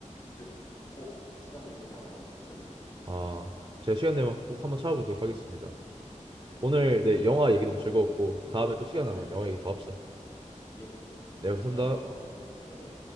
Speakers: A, on the left; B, on the right.
A: 그 꼭 이거 시간 되시면 한번 보세요. 이거 되게 재밌어요.
B: 아, 제가 시간 되면
A: 네.
B: 꼭 한번 찾아보도록 하겠습니다.
A: 네네.
B: 오늘 네, 영화 얘기도 즐거웠고
A: 네
B: 다음에 또 시간 나면
A: 네네.
B: 영화 얘기 더 합시다.
A: 예.
B: 네, 감사합니다.
A: 들어가세요. 네.